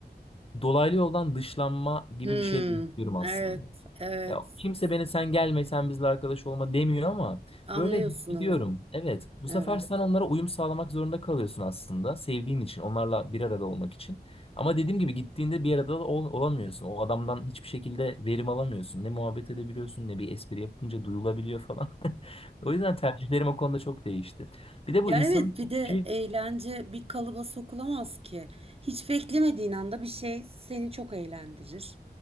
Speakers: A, on the left; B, on the right.
A: dolaylı yoldan dışlanma gibi
B: Hmm,
A: bir şey de yaşıyorum aslında.
B: evet, evet.
A: Ya kimse beni sen gelme sen bizle arkadaş olma demiyor ama
B: Anlıyorsun
A: böyle hissediyorum.
B: ama.
A: Evet, bu
B: Evet.
A: sefer sen onlara uyum sağlamak zorunda kalıyorsun aslında sevdiğin için, onlarla bir arada olmak için. Ama dediğim gibi gittiğinde bir arada ol- olamıyorsun. O adamdan hiçbir şekilde verim alamıyorsun. Ne muhabbet edebiliyorsun ne bir espri yapınca duyulabiliyor falan. <laughs> O yüzden tercihlerim o konuda çok değişti. Bir de bu
B: Ya
A: insanın
B: evet bir de
A: tercihi
B: eğlence bir kalıba sokulamaz ki. Hiç beklemediğin anda bir şey seni çok eğlendirir.